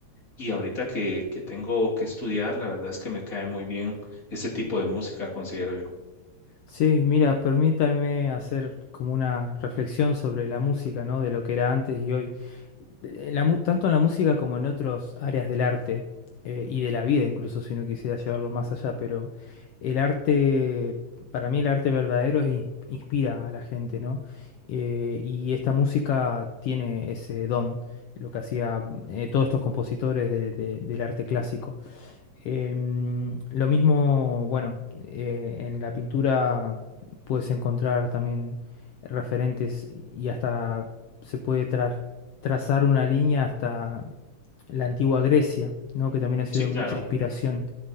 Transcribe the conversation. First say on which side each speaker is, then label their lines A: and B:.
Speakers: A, on the left; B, on the left.
A: Y ahorita que, que tengo que estudiar, la verdad es que me cae muy bien ese tipo de música, considero yo.
B: Sí, mira, permítame hacer como una reflexión sobre la música, ¿no? De lo que era antes y hoy. en la mu- tanto en la música como en otras áreas del arte eh, y de la vida, incluso si no quisiera llevarlo más allá, pero el arte, para mí el arte verdadero es in- inspira a la gente, ¿no? Eh, y esta música tiene ese don, lo que hacía eh, todos estos compositores de- de- del arte clásico. Em, lo mismo, bueno, eh, en la pintura puedes encontrar también referentes y hasta se puede tra- trazar una línea hasta la antigua Grecia, ¿no? Que también ha sido
A: Sí,
B: de
A: claro.
B: mucha inspiración.